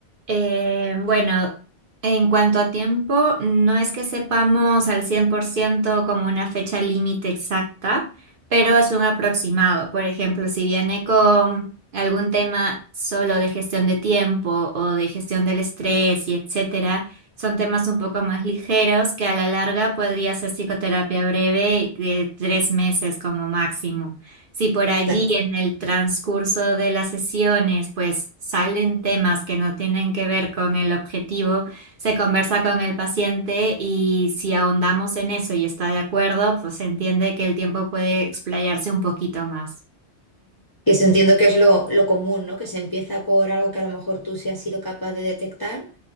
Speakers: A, on the right; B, on the left.
A: eh, bueno, en cuanto a tiempo, no es que sepamos al 100% como una fecha límite exacta, pero es un aproximado. Por ejemplo, si viene con algún tema solo de gestión de tiempo o de gestión del estrés y etcétera, son temas un poco
B: Ujú.
A: más ligeros que a la larga podría ser psicoterapia breve de tres meses como máximo. Si por allí
B: Claro,
A: en el transcurso de las sesiones pues salen temas que no tienen que ver con el objetivo, se conversa con el paciente y si ahondamos en eso y está de acuerdo, pues se entiende que el tiempo puede explayarse un poquito más.
B: que eso entiendo que es lo, lo común, ¿no? Que se empieza por algo que a lo mejor tú sí has sido capaz de detectar,